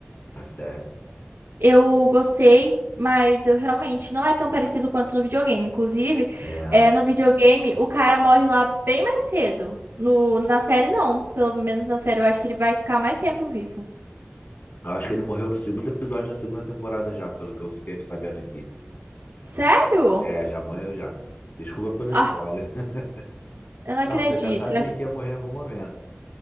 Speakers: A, on the left; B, on the right.
A: a série.
B: Eu gostei, mas eu realmente não é tão parecido quanto no videogame. Inclusive,
A: É.
B: é, no videogame o cara morre lá bem mais cedo. No, na série, não. Pelo menos na série eu acho que ele vai ficar mais tempo vivo.
A: Eu acho que ele morreu no segundo episódio da segunda temporada já, pelo que eu fiquei sabendo aqui.
B: Sério?
A: É, já morreu já. Desculpa pelo spoiler.
B: Ah,
A: <laughs>
B: eu não acredito.
A: Não, você já sabia que ia morrer em algum momento.